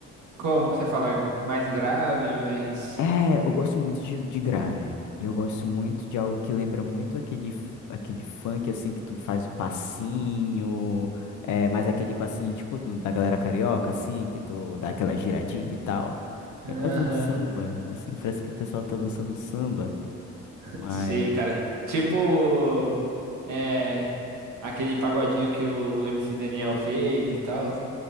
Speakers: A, on the right; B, on the left.
A: como você fala mais grave, mais.
B: É, eu gosto muito de, de grave. E eu gosto muito de algo que lembra muito aquele, f- aquele funk, assim, que tu faz o passinho, é, mas aquele passinho tipo do- da galera carioca, assim, que tu dá aquela giradinha e tal.
A: Aham,
B: É quase um samba, assim, parece que o pessoal tá dançando samba,
A: <laughs>
B: mas...
A: sei, cara. Tipo, é. Aquele pagodinho que o MC Daniel fez e tal.